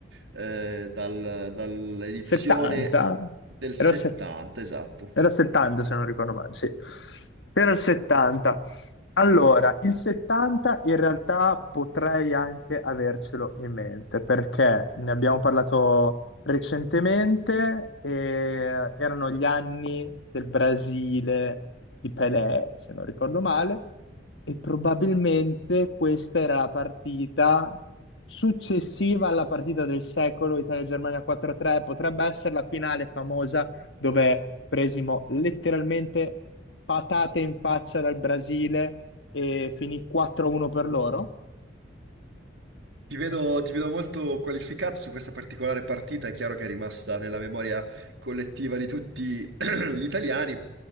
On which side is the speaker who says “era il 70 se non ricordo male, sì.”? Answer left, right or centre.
Left